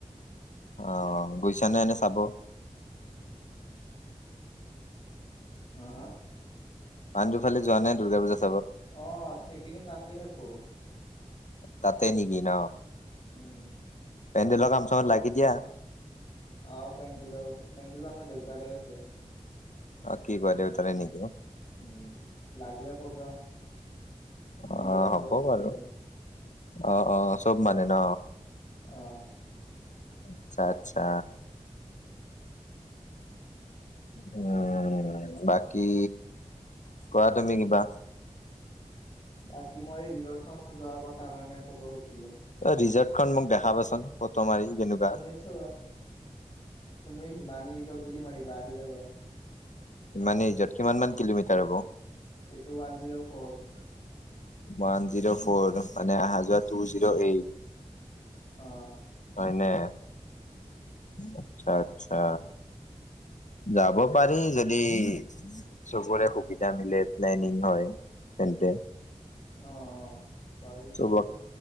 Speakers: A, on the left; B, on the left.
A: অ, গৈছা নে এনেই চাব?
B: হা হা?
A: পাণ্ডু ফালে যোৱা নে দুৰ্গা পুজা -
B: অ সেইকেইদিন তাতেই থাকো।
A: তাতে নেকি ন?
B: উম।
A: পেন্ডেলৰ কাম চামত লাগি দিয়া?
B: আহ পেন্ডেলৰো পেন্ডেলো আমাৰ দেউতাৰে আছে।
A: অ কি কয় দেউতাৰে নেকি?
B: উম, লাগিলে ক'বা
A: অ'
B: বিয়া চিয়া
A: হ'ব
B: চবতে।
A: বাৰু। অ অ চব মানে ন?
B: অ।
A: আচ্ছা আচ্ছা। উম, বাকী কোৱা তুমি কিবা।
B: বাকী মই এই ৰিজাৰ্ভখনৰ যোৱাৰ কথা কাৰণে ক'ব খুজিছিলো।
A: ৰিজৰ্টখন মোক দেখাবাচোন ফটো মাৰি কেনেক-
B: তুমি চোৱা, তুমি হিমানী ৰিজৰ্ট বুলি মাৰিবা আহি যাব।
A: হিমানী ৰিজৰ্ট, কিমান মান কিলোমিটাৰ হ'ব?
B: এইটো one zero four.
A: One zero four মানে অহা যোৱা টু জিৰ' এইট।
B: অ
A: হয় নে, আচ্ছা আচ্ছা। যাব পাৰি যদি - চবৰে সুবিধা মিলে প্লেনিং হয় তেন্তে।
B: অ অ। পাৰি
A: চবক
B: পাৰি